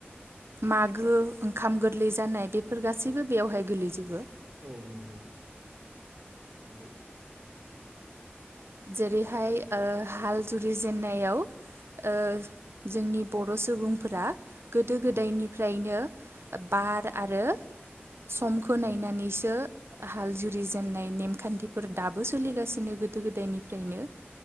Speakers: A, on the right; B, on the right.
A: मा गो ओंखाम गोरलै जानाय बेफोर गासैबो बेवहाय गोलैजोबो
B: औ नंगौ नंगौ
A: जेरैहाय ओ हाल जुरिजेननायाव ओ जोंनि बर' सुबुंफोरा गोदो गोदायनिफ्रायनो
B: औ
A: बार
B: औ
A: आरो समखौ नायनानैसो
B: औ
A: हाल जुरि जेननाय नेमखान्थिफोर दाबो सोलिगासिनो गोदो गोदाय बेनिफ्राइनो